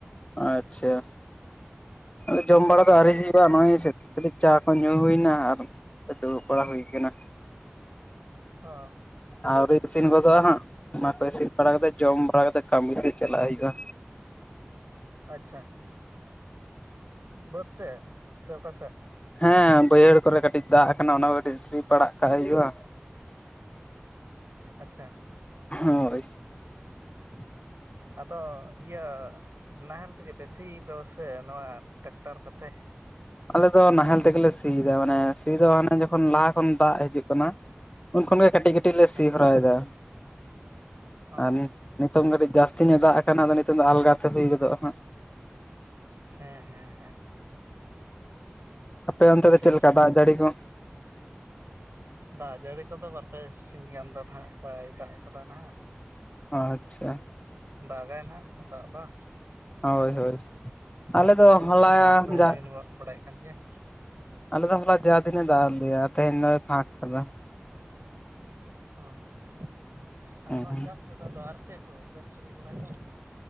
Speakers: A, on the left (about 25°); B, on the right (about 80°).
A: ᱟᱪᱪᱷᱟ ᱟᱫᱚ ᱡᱚᱢ ᱵᱟᱲᱟ ᱫᱚ ᱟᱹᱣᱨᱤ ᱦᱩᱭᱩᱜ-ᱟ ᱱᱚᱜᱼᱚᱭ ᱠᱟᱹᱴᱤᱡ ᱪᱟ ᱠᱚ ᱧᱩ ᱦᱩᱭᱱᱟ ᱟᱨ ᱫᱩᱲᱩᱵ ᱵᱟᱲᱟ ᱦᱩᱭ ᱟᱠᱟᱱᱟ
B: ᱦᱚ
A: ᱟᱹᱣᱨᱤ ᱤᱥᱤᱱ ᱜᱚᱫᱚᱜᱼᱟ ᱦᱟᱸᱜ ᱚᱱᱟ ᱠᱚ ᱤᱥᱤᱱ ᱵᱟᱲᱟ ᱠᱟᱛᱮ ᱡᱚᱢ ᱵᱟᱲᱟ ᱠᱟᱛᱮ ᱠᱟᱹᱢᱤ ᱥᱮᱡ ᱪᱟᱞᱟᱜ ᱦᱩᱭᱩᱜᱼᱟ
B: ᱟᱪᱪᱷᱟ ᱵᱟᱹᱫᱽ ᱥᱮ ᱥᱮ ᱚᱠᱟ ᱥᱮᱫ
A: ᱦᱮᱸ ᱵᱟᱹᱭᱦᱟᱹᱲ ᱠᱚᱨᱮ ᱠᱟᱹᱴᱤᱡ ᱫᱟᱜ ᱟᱠᱟᱱᱟ ᱚᱱᱟ ᱠᱚ ᱠᱟᱹᱴᱤᱡ ᱥᱤ ᱯᱟᱲᱟᱜ ᱠᱟᱜ ᱦᱩᱭᱩᱜ-ᱟ
B: ᱟᱪᱪᱷᱟ
A: ᱦᱳᱭ <inaudible>
B: ᱟᱫᱚ ᱤᱭᱟᱹ ᱱᱟᱦᱮᱞ ᱛᱮᱜᱮ ᱯᱮ ᱥᱤ ᱫᱚ ᱥᱟᱹ ᱱᱚᱣᱟ ᱴᱨᱟᱠᱴᱟᱨ ᱠᱚᱛᱮ?
A: ᱟᱞᱮ ᱫᱚ ᱱᱟᱦᱮᱞ ᱛᱮᱜᱮᱞᱮ ᱥᱤᱭ ᱫᱚ ᱢᱟᱱᱮ ᱥᱤ ᱫᱚ ᱦᱟᱱᱮ ᱡᱚᱠᱷᱚᱱ ᱞᱟᱦᱟ ᱠᱷᱚᱱ ᱫᱟᱜ ᱦᱤᱡᱩᱜ ᱠᱟᱱᱟ ᱩᱱ ᱠᱷᱚᱱᱜᱮ ᱠᱟᱹᱴᱤᱡ ᱠᱟᱹᱴᱤᱡ ᱞᱮ
B: ᱟᱪᱪᱷᱟ
A: ᱥᱤ ᱦᱚᱨᱟᱭ ᱫᱟ
B: ᱚ
A: ᱟᱨ ᱱᱤᱛᱚᱝ ᱠᱟᱹᱴᱤᱡ ᱡᱟᱹᱥᱛᱤ ᱛᱤᱧᱚᱜ ᱫᱟᱜ ᱟᱠᱟᱱᱟ ᱟᱫᱚ ᱱᱤᱛᱚ ᱫᱚ ᱟᱞᱜᱟᱛᱮ ᱦᱩᱭ ᱜᱚᱫᱚᱜ-ᱟ ᱦᱟᱸᱜ
B: ᱦᱮᱸ ᱦᱮᱸ ᱦᱮᱸ
A: ᱟᱯᱮ ᱚᱱᱛᱮ ᱫᱚ
B: ᱴᱷᱤᱠ
A: ᱪᱮᱫ ᱞᱮᱠᱟ ᱫᱟᱜ ᱡᱟᱹᱲᱤ ᱠᱚ?
B: ᱫᱟᱜ ᱡᱟᱹᱲᱤ ᱠᱚᱫᱚ ᱵᱟᱨᱼᱯᱮ ᱥᱤᱧ ᱜᱟᱱ ᱫᱚ ᱱᱟᱦᱟᱜ ᱵᱟᱭ ᱫᱟᱜ ᱠᱟᱫᱟ ᱱᱟᱦᱟᱜ
A: ᱟᱪᱪᱷᱟ
B: ᱫᱟᱜᱟᱭ ᱱᱟᱦᱟᱜ ᱫᱟᱜ ᱫᱚ
A: ᱦᱳᱭ ᱦᱳᱭ ᱟᱞᱮ ᱫᱚ ᱦᱚᱞᱟ
B: ᱥᱮᱨᱢᱟ
A: ᱡᱟᱜ
B: ᱠᱚᱫᱚᱭ ᱨᱤᱢᱤᱞ ᱵᱟᱲᱟᱭᱮᱫ ᱠᱟᱱ ᱜᱮᱭᱟᱭ
A: ᱟᱞᱮ ᱫᱚ ᱦᱞᱟ ᱡᱟ ᱫᱤᱱ ᱮ ᱫᱟᱜ-ᱟᱜ ᱞᱮᱭᱟ ᱛᱤᱦᱮᱧ ᱫᱚᱭ ᱯᱷᱟᱸᱠ ᱠᱟᱫᱟ
B: ᱚ
A: ᱦᱩᱸ
B: ᱟᱨ ᱚᱣᱟ ᱪᱟᱥ <unintelligible> ᱠᱚ ᱫᱚ ᱟᱫᱚ ᱟᱨ ᱪᱮᱫ ᱠᱚ ᱵᱮᱱ ᱠᱟᱹᱢᱤ ᱵᱟᱲᱟᱭ ᱫᱚ